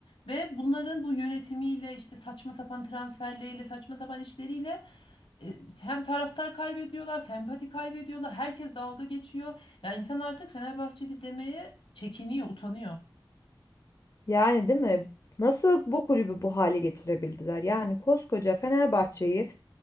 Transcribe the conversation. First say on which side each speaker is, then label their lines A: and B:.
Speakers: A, on the left (about 80°); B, on the left (about 40°).
A: Ve bunların bu yönetimiyle işte saçma sapan transferleriyle saçma sapan işleriyle e, hem taraftar kaybediyorlar, sempati kaybediyorlar, herkes dalga geçiyor. Ya insan artık Fenerbahçeli demeye çekiniyor, utanıyor.
B: Yani değil mi? Nasıl bu kulübü bu hale getirebildiler? Yani koskoca Fenerbahçe'yi